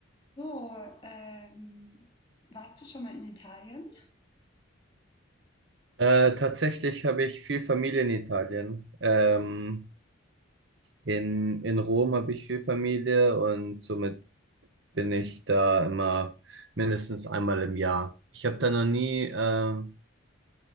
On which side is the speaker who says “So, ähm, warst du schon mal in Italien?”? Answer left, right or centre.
Left